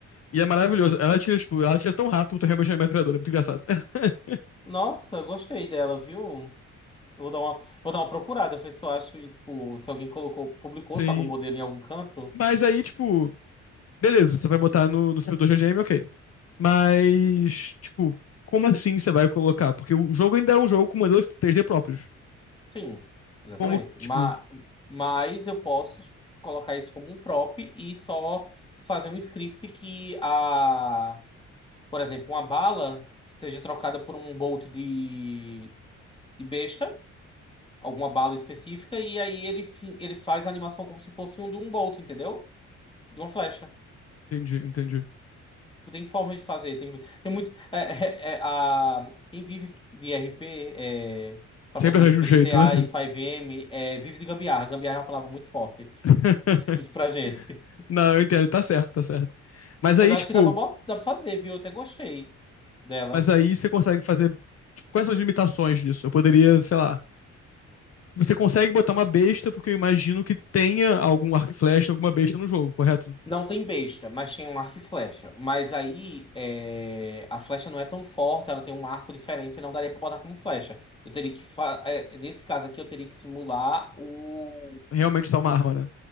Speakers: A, on the left; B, on the left.
A: E é maravilhoso. Ela tira, tipo, ela tira tão rápido quanto realmente é metralhadora. É muito engraçado. <laughs>
B: Nossa, gostei dela, viu? Eu Vou dar uma, vou dar uma procurada, ver se eu acho, e, tipo, se alguém colocou, publicou,
A: Sim.
B: sabe, o modelo em algum canto.
A: Mas aí, tipo, beleza, você vai botar no, no seu 2 GGM, ok. Mas, tipo, como assim você vai colocar? Porque o jogo ainda é um jogo com modelos 3D próprios.
B: Sim, exatamente.
A: Como, tipo,
B: Mas, mas eu posso colocar isso como um prop e só fazer um script que a por exemplo, uma bala seja trocada por um bolt de, de besta, alguma bala específica, e aí ele, fi- ele faz a animação como se fosse um de um bolt, entendeu? De uma flecha.
A: entendi, entendi.
B: Tem formas de fazer, tem, tem muito. é, é, é, a, quem vive de RP é, para
A: Sempre
B: fazer coisa
A: arranja
B: para
A: um jeito,
B: GTA
A: né?
B: e 5M é, vive de gambiarra. Gambiarra é uma palavra muito forte
A: <laughs>
B: <laughs> pra gente.
A: Não, eu entendo, tá certo, tá certo. Mas
B: Mas
A: aí,
B: acho
A: tipo,
B: que dá pra, bot- dá pra fazer, viu? Eu até gostei dela.
A: mas aí você consegue fazer, tipo, quais são as limitações disso? Eu poderia, sei lá, Você consegue botar uma besta, porque eu imagino que tenha algum arco e flecha, alguma besta no jogo, correto?
B: Não tem besta, mas tem um arco e flecha. Mas aí é, a flecha não é tão forte, ela tem um arco diferente, não daria pra botar como flecha. Eu teria que fa- é, nesse caso aqui eu teria que simular o
A: Realmente só uma arma, né?